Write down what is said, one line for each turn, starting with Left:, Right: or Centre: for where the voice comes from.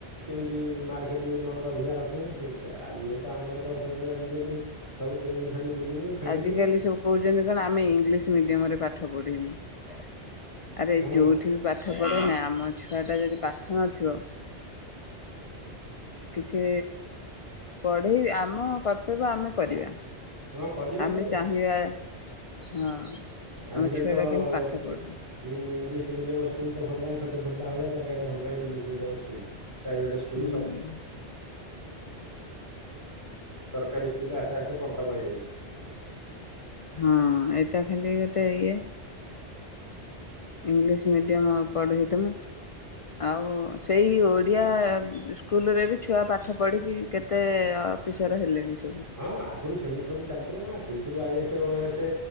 Right: କେମିତି? ମାର୍କ ଦି ନମ୍ବର ଅଧିକା ରଖିବୁ ସେ ଆଉ ଇଏ ତ ଆମର ତ ସବୁ ଆଜିକାଲି ସବୁ କେମିତି ଖାଲି ବୁଲିବୁ ଖେଳିବୁ
Left: ଆଜିକାଲି ସବୁ କହୁଛନ୍ତି କଣ ଆମେ ଇଂଲିଶ ମିଡିୟମ ରେ ପାଠ ପଢିମୁ। <inaudible> ଆରେ
Right: ହଁ
Left: ଯୋଉଠି ବି ପାଠ ପଢନା ଆମ ଛୁଆ ଟା ଯଦି ପାଠ ନଥିବ କିଛି ପଢେଇ ଆମ କର୍ତ୍ତବ୍ୟ ଆମେ କରିବା
Right: ହଁ କରିବାକୁ
Left: ଆମେ
Right: ତ ପଡିବ
Left: ଚାହିଁବା ହଁ।
Right: ଆଜିକାଲି
Left: ଆମ ଛୁଆ
Right: ତ ଇଂଲିଶ
Left: ଟା କେମିତି ପାଠ ପଢୁ।
Right: ମିଡିୟମ ସ୍କୁଲ ତ ଖୋଲିଲାଣି ବୁଲିଲା ବଳିଆ ଚାରିଆଡ଼େ <unintelligible> ପ୍ରାଇଭେଟ ସ୍କୁଲ
Left: ହୁଁ
Right: ସବ <inaudible> ସରକାରୀ ସ୍କୁଲରେ ଆସ୍ତେ ଆସ୍ତେ <unintelligible> ହେଇଯାଉଛି।
Left: ହଁ ଏଇଟା ଖାଲି ଗୋଟେ ଇଏ ଇଂଲିଶ ମିଡିୟମ ପଢେଇଦମୁ ଆଉ ସେଇ ଓଡିଆ ସ୍କୁଲରେ ବି ଛୁଆ ପାଠ ପଢିକି କେତେ ଅଫିସର ହେଲେଣି ସବୁ।
Right: ହଁ ଆଗରୁ ସେମିତି ସବୁ ଚାଲିଥିଲା ନା ସେଇଥିରୁ I S O S